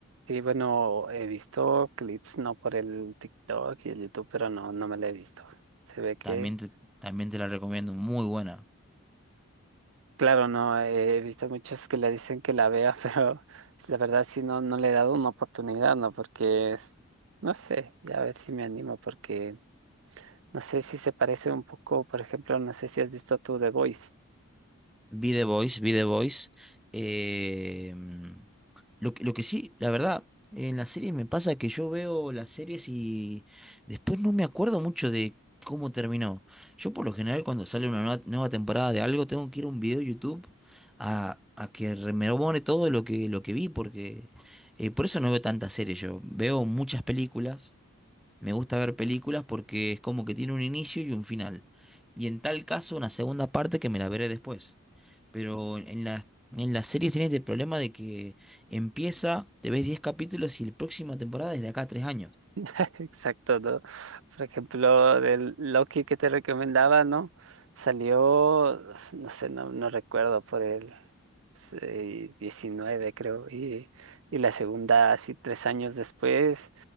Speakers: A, on the right; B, in the centre.
A: sí, bueno, he visto clips, ¿no? Por el TikTok y el YouTube, pero no, no me la he visto. Se ve que...
B: también te, también te la recomiendo, muy buena.
A: Claro, no, eh, he visto muchos que le dicen que la vea, <laughs> pero la verdad sí no, no le he dado una oportunidad, ¿no? Porque es, no sé, ya a ver si me animo, porque no sé si se parece un poco, por ejemplo, no sé si has visto tú The Voice.
B: Vi The Voice, vi The Voice. Eh, mm, lo, que- lo que sí, la verdad, en las series me pasa que yo veo las series y después no me acuerdo mucho de cómo terminó. Yo por lo general cuando sale una nueva, nueva temporada de algo tengo que ir a un video de YouTube a, a que re- me rememore todo lo que, lo que vi, porque eh, por eso no veo tantas series yo. Veo muchas películas. Me gusta ver películas porque es como que tiene un inicio y un final. Y en tal caso, una segunda parte que me la veré después. Pero en las, en las series tienes el problema de que empieza, te ves 10 capítulos y la próxima temporada es de acá a 3 años.
A: <laughs> Exacto, ¿no? Por ejemplo, del Loki que te recomendaba, ¿no? Salió, no sé, no, no recuerdo por el eh, 19 creo, y, y la segunda así tres años después,